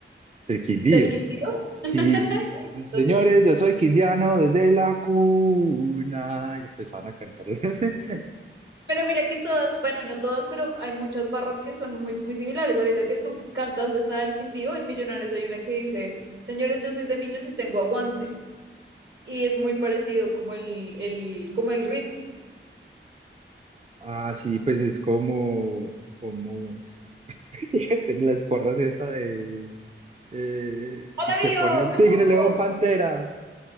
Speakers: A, on the right; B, on the right.
A: del Quindío.
B: Del Quindío. <laughs>
A: Sí,
B: Qué
A: señores,
B: Chistoso.
A: yo soy quindiano desde la cuna. Y empezaban a cantarlas. <laughs>
B: Pero mira que todas, bueno, no todas, pero hay muchas barras que son muy, muy similares. Ahorita que tú cantas esa del Quindío, en Millonarios hay una que dice, señores, yo soy de Millos y tengo aguante. Y es muy parecido como el, el, como el ritmo.
A: Ah, sí, pues es como, como <laughs> en las porras esa de eh,
B: ¡Hola, Bio!
A: que ponen
B: ¡Aló!
A: Tigre, León, Pantera,